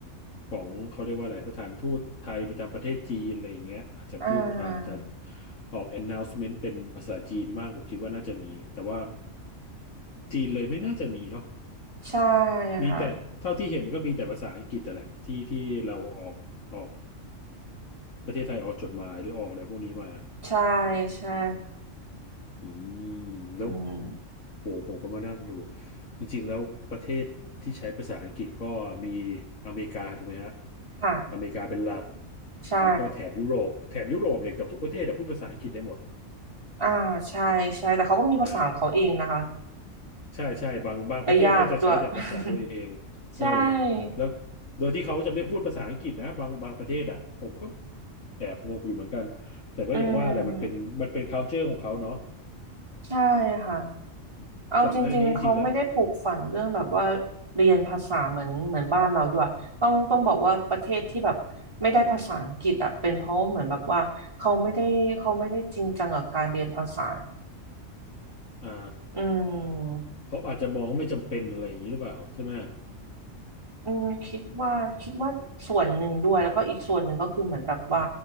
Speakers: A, on the left; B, on the right.
A: ของเขาเรียกว่าอะไรสถานทูตไทยประจำประเทศจีนอะไรอย่างเงี้ยอาจจะพูดอาจจะ
B: อ่า
A: ออก announcement เป็นภาษาจีนบ้างผมคิดว่าน่าจะมีแต่ว่าจีนเลยไม่น่าจะมีเนาะ
B: ใช่
A: มีแต่เท่าที่เห็นก็มีแต่ภาษาอังกฤษแต่แหละที่ที่เราออกออก
B: ค่ะ
A: ประเทศไทยออกจดหมายหรือออกอะไรพวกนี้มา
B: ใช่ใช่
A: อืมแล้ว
B: อืม
A: โหผมก็มานั่งดูจริงๆแล้วประเทศที่ใช้ภาษาอังกฤษก็มีอเมริกาถูกไหมฮะ
B: ค่ะ
A: อเมริกาเป็นหลัก
B: ใช่
A: แล้วก็แถบยุโรปแถบยุโรปเนี่ยเกือบทุกประเทศอะพูดภาษาอังกฤษได้หมด
B: อ่าใช่ใช่แต่เขาก็มีภาษาของเขาเองนะคะ
A: อ่าใช่ใช่บางบางประเทศก็จะใช้แต่ภาษาตัวเองเออ
B: และยากด้วย <laughs> ใช่
A: แล้วโดยที่เขาจะไม่พูดภาษาอังกฤษนะบางบางประเทศอ่ะผมก็แอบงงอยู่เหมือนกันแต่ก็อย่างว่าแหละมันเป็นมันเป็น
B: อืม
A: culture ของเขาเนาะ
B: ใช่ค่ะ
A: อืมก่อนหน้านี้จริงๆแล้ว
B: เอาจริงๆเขาไม่ได้ปลูกฝังเรื่องแบบว่าเรียนภาษาเหมือนเหมือนบ้านเราด้วยต้องต้องบอกว่าประเทศที่แบบไม่ได้ภาษาอังกฤษอ่ะเป็นเพราะเหมือนแบบว่าเขาไม่ได้เขาไม่ได้จริงจังกับการเรียนภาษา
A: อ่า
B: อืม
A: เขาอาจจะมองว่าไม่จำเป็นอะไรอย่างนี้หรือเปล่าใช่ไหม
B: อืมคิดว่าคิดว่าส่วนหนึ่งด้วยแล้วก็อีกส่วนหนึ่งก็คือเหมือนแบบว่า